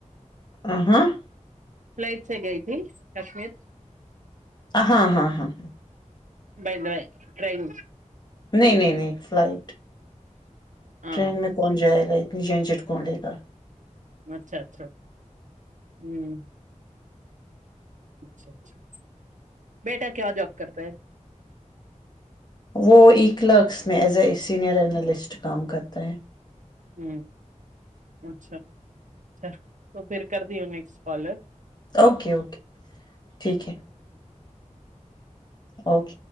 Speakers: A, on the left (about 35°); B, on the right (about 70°).
A: آ ہاں <inaudible>
B: فلائٹ سے گئی تھی کشمیر
A: ہاں ہاں ہاں ہاں
B: بائی بائے ٹن
A: نہیں نہیں نہیں فلائٹ
B: ہاں
A: ٹرین میں کون جائے گا اپنی جین چٹ کون لے کر
B: اچھا اچھا ہوں اچھا اچھاچ بیٹا کیا جاب کرتا ہے
A: وہ ای کلرکس میں ایز اے سینئر اینالسٹ کام کرتا ہے
B: ہ اچھا اچھا تو پھر کر دی انیں سوالت
A: اوکے اوکے ٹھیک ہے اوکے